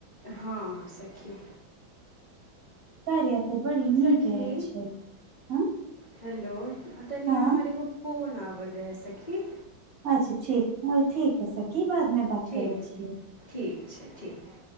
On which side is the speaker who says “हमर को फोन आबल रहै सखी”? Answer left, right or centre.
Left